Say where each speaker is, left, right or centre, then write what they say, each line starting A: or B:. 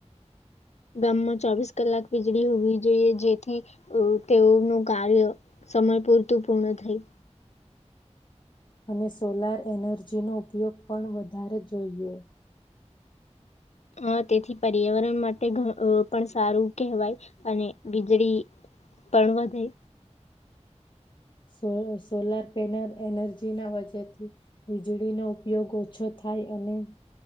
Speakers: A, on the left (about 70°); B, on the left (about 40°).
A: ગામમાં ચોવીસ કલાક વીજળી હોવી જોઈએ, જેથી તેઓનું કાર્ય સમય પૂરતું પૂર્ણ થાય.
B: અને સોલાર એનર્જી નો ઉપયોગ પણ વધારે જોઈએ.
A: હ તેથી પર્યાવરણ માટે પણ સારું કહેવાય અને વીજળી પણ વધે.
B: સોલ સોલાર પેનલ એનર્જી ના વ્ેથી વીજળીનો ઉપયોગ ઓછો થાય, અને